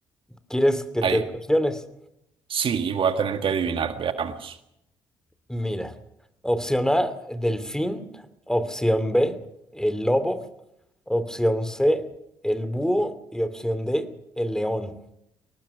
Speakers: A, in the centre; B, on the right.
A: ¿Quieres que
B: Ay,
A: te dé opciones?
B: sí, voy a tener que adivinar, veamos.
A: Mira, opción A, delfín, opción B, el lobo, opción C, el búho y opción D, el león.